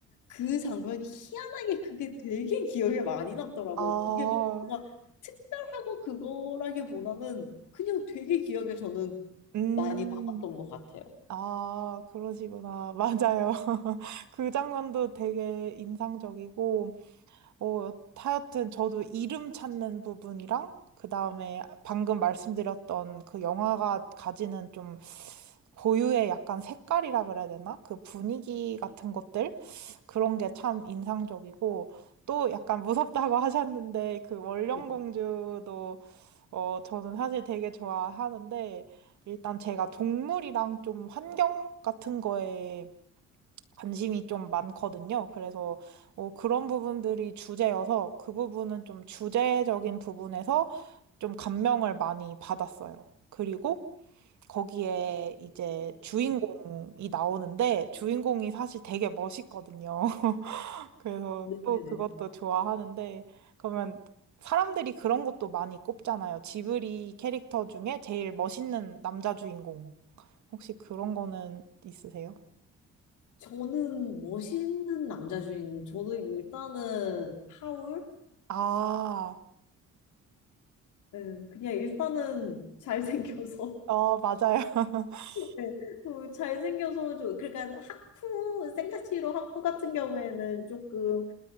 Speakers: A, on the left; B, on the right.
A: 그 장면이 희한하게 그게 되게 기억에 많이 남더라고요.
B: 아,
A: 그게 뭔가 특별하고 그거라기보다는 그냥 되게 기억에 저는
B: 음,
A: 많이 남았던 것 같아요.
B: 아, 그러시구나. 맞아요. <laughs> 그 장면도 되게 인상적이고, 어, 하여튼 저도 이름 찾는 부분이랑, 그 다음에 방금 말씀드렸던 그 영화가 가지는 좀 고유의 약간 색깔이라 그래야 되나? 그 분위기 같은 것들? 그런 게 참 인상적이고, 또 약간 무섭다고 <laughs> 하셨는데, 그 원령공주도,
A: 네,
B: 어, 저는 사실 되게 좋아하는데, 일단 제가 동물이랑 좀 환경 같은 거에 관심이 좀 많거든요. 그래서, 어, 그런 부분들이 주제여서, 그 부분은 좀 주제적인 부분에서 좀 감명을 많이 받았어요. 그리고, 거기에 이제 주인공이 나오는데 주인공이 사실 되게 멋있거든요. <laughs> 그래서
A: 네네네.
B: 또 그것도 좋아하는데 그러면 사람들이 그런 것도 많이 꼽잖아요. 지브리 캐릭터 중에 제일 멋있는 남자 주인공. 혹시 그런 거는 있으세요?
A: 저는 멋있는 남자 주인공. 저는 일단은 하울.
B: 아,
A: 네, 그냥 일단은 잘생겨서.
B: 어, 맞아요. <laughs>
A: <laughs> 네, 어, 잘생겨서 좀 그러니까 하쿠 생가치로 하쿠 같은 경우에는 조금